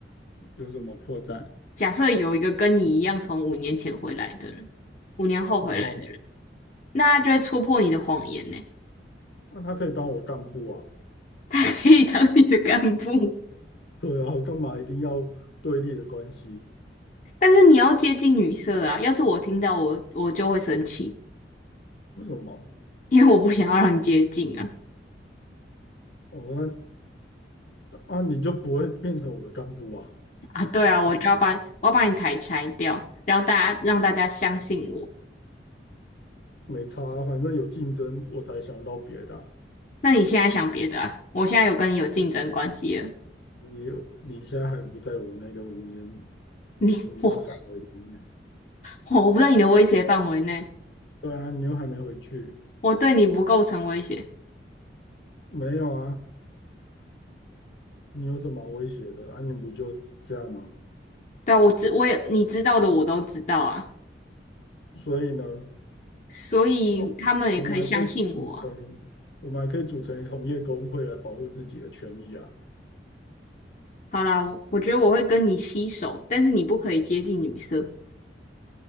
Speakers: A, on the left; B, on the left.
A: 有什么破绽？
B: 假设有一个跟你一样从五年前回来的人，五年后回来的人，
A: 然后呢？
B: 那他就会戳破你的谎言呢，
A: 那、他可以当我干部啊，
B: 他可以当你的干部，
A: 对啊，干嘛一定要对立的关系？
B: 但是你要接近女色啊。要是我听到我我就会生气，
A: 为什么？
B: 因为我不想要让你接近啊。
A: 哦，那啊，你就不会变成我的干部啊？
B: 啊，对啊，
A: 是
B: 我就要把我要把你台拆掉，然后大家让大家相信我。
A: 没差啊反正有竞争，我才想到别的啊
B: 那你现在想别的啊？我现在有跟你有竞争关系了，
A: 你你现在还不在我那个五年
B: 你我
A: 五年的范围里面。
B: 我不在你的威胁范围内，
A: 对啊，你又还没回去。
B: 我对你不构成威胁。
A: 没有啊，你有什么好威胁的啊？你不就这样吗？
B: 对啊，我知我也你知道的我都知道啊，
A: 所以呢，
B: 所以他们也可以相信我啊。
A: 哦，我们还可以组成，我们还可以组成同业工会来保护自己的权益啊。
B: 好啦，我我觉得我会跟你携手，但是你不可以接近女色。